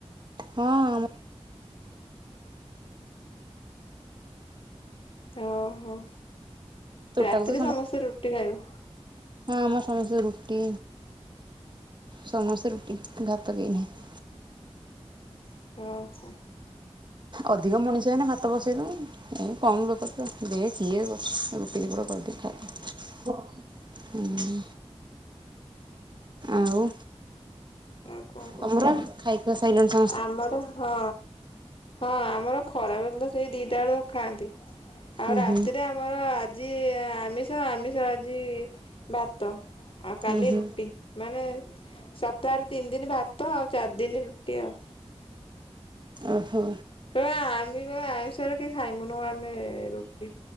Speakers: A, on the right; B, on the left.
A: ହଁ ଆମ
B: ଓହୋ
A: ତୋଟାକୁ
B: ରାତିରେ
A: ତ
B: ସମସ୍ତେ ରୁଟି ଖାଇବୁ।
A: ହଁ ଆମର ସମସ୍ତେ ରୁଟି ସମସ୍ତେ ରୁଟି ଭାତ କେହି ନାହିଁ।
B: ଓ ହୋ।
A: ଅଧିକ ମଣିଷ ହେନେ ଭାତ ବସେଇ ଦବ। ଏ କମ୍ ଲୋକ ତ ଦେ କିଏ କରୁଚି ରୁଟି ଦି ପଟ କରିଦିଏ। ହୁଁ ଆଉ।
B: ଏ କଁ କହ?
A: ତମର ଖାଇ ଖୁଆ ସିଇଲଣି ସ
B: ଆମର ହଁ। ହଁ ଆମର ଖରା ବେଳେତ ସେଇ ଦିଟା ବେଳୁ ଖାଆନ୍ତି ଆଉ
A: ଉଁ
B: ରାତିରେ
A: ହୁଁ
B: ଆମର ଆଜି ଆମିଷ ଆମିଷ ଆଜି ଭାତ। ଆଉ କାଲି
A: ଉଁ ହୁଁ
B: ରୁଟି ମାନେ ସପ୍ତାହରେ ତିନି ଦିନ୍ ଭାତ ଆଉ ଚାରି ଦିନି ରୁଟି ଆଉ।
A: ଓହୋ।
B: କଇବେ ଆମି କ ଆମିଷରେ କେହି ଖାଇମୁନୁ ଆମେ ରୁଟି।